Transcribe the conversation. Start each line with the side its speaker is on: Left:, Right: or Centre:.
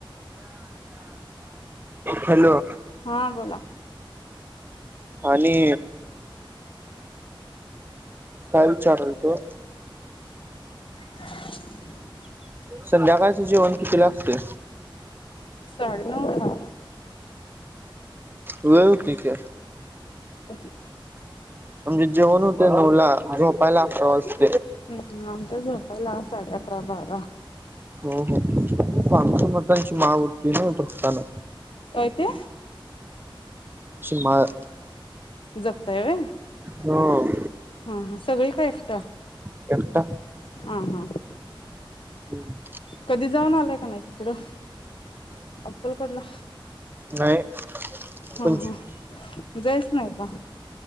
Right: हॅलो
Left: हा बोला.
Right: आणि काय विचारल तो
Left: <inaudible>
Right: संध्याकाळच जेवण कितीला असते
Left: साडे नऊ धा
Right: वेळ होती की
Left: <unintelligible>
Right: म्हणजे जेवण होते नऊला झोपायला अकरा वाजते
Left: आमच्या झोप पायला साडे अकरा बारा
Right: स्वामी समर्थांची माळ झोपताना
Left: काय ते?
Right: माळ
Left: जप ताय व्हय
Right: हो
Left: हा हा सगळी का एकटा
Right: एकटा
Left: हा हा
Right: हम्म
Left: कधी <unintelligible> तिकडं अक्कलकोटला
Right: नाही
Left: हा
Right: पंचवीस
Left: हा जायच नाय का